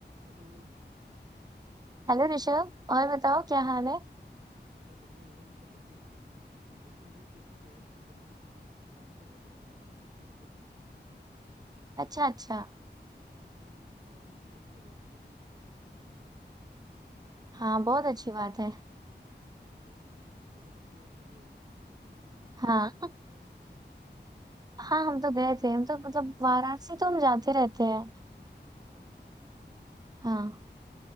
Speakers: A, on the right (about 45°); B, on the right (about 20°).
A: Hello
B: Hello Rishabh और बताओ क्या हाल है
A: सब बढ़िया मेरे तो सब बढ़िया है लेकिन वही पूछना था यार कि बताएं हम एक प्लान कर रहे थे वाराणसी के लिए ट्रिप
B: अच्छा
A: और हम
B: अच्छा
A: हाँ वाराणसी और सोच रहे ऋषिकेश पे निकल जाएंगे वहीं से
B: हाँ बहुत अच्छी बात है
A: तो तो बहुत अच्छी बात तो है ही लेकिन ये बताओ तुम भी
B: हाँ
A: गई थी ना घूमने अभी
B: हाँ हम तो गए थे हम तो मतलब वाराणसी तो हम जाते रहते हैं
A: अच्छा
B: हाँ